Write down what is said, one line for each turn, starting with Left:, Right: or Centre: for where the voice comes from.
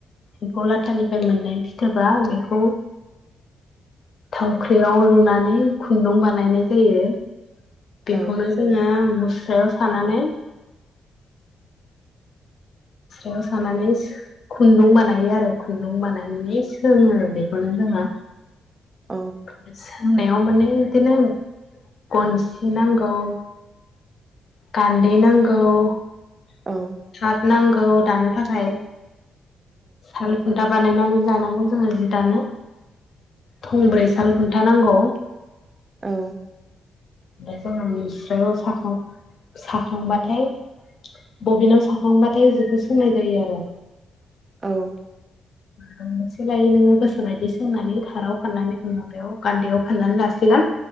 Left: एम्फौ लाथानिफ्राय मोननाय फिथोबा बेखौ थावख्रियाव लुनानै खुन्दुं बानायनाय जायो बेखौनो
Right: औ
Left: जोङो मुस्रायाव सानानै मुस्रायाव सानानै सो खुन्दुं बानायो आरो खुन्दुं बानायनानै सोङो आरो बेखौनो
Right: औ
Left: <unintelligible> <inaudible> सोंनायाव माने बिदिनो गनसि नांगौ गान्दै नांगौ <unintelligible>
Right: औ
Left: नांगौ दानो थाखाय सालबो दा बानायनानै जानांगौ जोङो जि दानो। थंब्रै साल खुन था नांगौ।
Right: औ
Left: ओमफ्राय जोंङो मुस्रायाव साखां साखांबाथाय बबिनाव सा खांबाथाय जिखौ सुनाय जायो आरो
Right: औ
Left: मोनबेसे लायो नोङो गोसो बायदि सोंनानै थाराव फाननानै माबायाव गान्दैयाव फाननानै लासिगोन